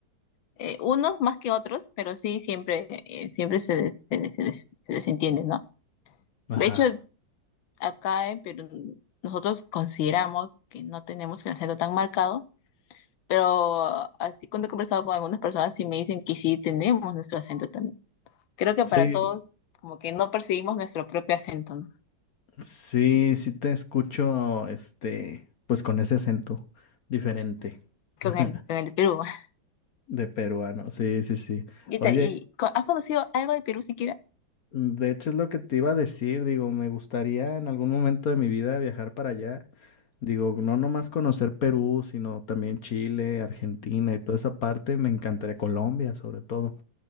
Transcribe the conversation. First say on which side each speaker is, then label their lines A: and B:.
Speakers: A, on the left (about 80°); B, on the left (about 55°).
A: eh, unos más que otros, pero sí, siempre, eh, siempre se les, se les- se les- se les ¿no?
B: Ajá.
A: De hecho, acá en Perú, nosotros consideramos que no tenemos el acento tan marcado Pero así cuando he conversado con algunas personas sí me dicen que sí tenemos nuestro acento también. Creo que
B: Sí,
A: para todos como que no percibimos nuestro propio acento, ¿no?
B: sí, sí te escucho, este, pues con ese acento diferente <laughs>
A: Con el, con el de Perú. <laughs>
B: de peruano. Sí, sí, sí.
A: ¿Y,
B: Oye,
A: te- y co- has conocido algo de Perú siquiera?
B: de hecho es lo que te iba a decir. Digo, me gustaría en algún momento de mi vida viajar para allá. Digo, no nomás conocer Perú, sino también Chile, Argentina y toda esa parte. Me encantaría Colombia, sobre todo.